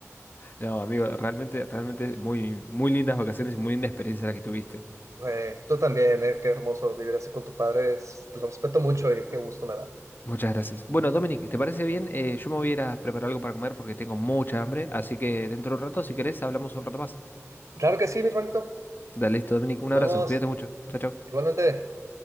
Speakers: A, on the left (about 40°); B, on the right (about 60°).
A: no, amigo, realmente, realmente muy, muy lindas vacaciones y muy linda experiencia la que tuviste.
B: Eh, tú también, eh, qué hermoso vivir así con tu padre, es- te lo respeto mucho y qué gusto me da.
A: Muchas gracias. Bueno, Dominic, ¿te parece bien? Eh, yo me voy a ir a preparar algo para comer porque tengo mucha hambre, así que dentro de un rato, si querés, hablamos un rato más.
B: Claro que sí, mi hermanito.
A: Dale, listo, Dominic, un
B: Nos
A: abrazo,
B: vemos.
A: cuídate mucho. Chao, chao.
B: Igualmente.